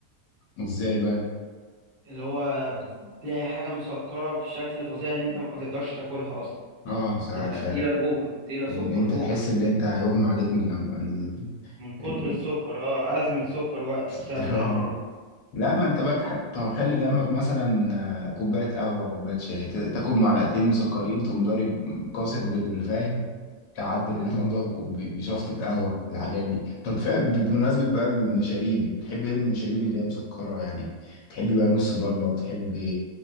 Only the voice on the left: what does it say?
ازاي بقى
اه ساعات
فعلا
ان انت
تحس
ان انت هيغمى عليك من لما ال...
ال...
<laughs>
اه
لا ما انت بقى حتى خلي جنبك مثلا آه، كوبايه قهوه كوبايه شاي تا- تاكل معلقتين مسكرين تقوم ضارب كاسر بالفاهم تعدل الموضوع بكوب- بشفطه قهوه الحاجات دي طب فاهم بمناسبه بقى المشاريب بتحب ايه من المشاريب اللي هي مسكره يعني بتحب بقى نص ضربه بتحب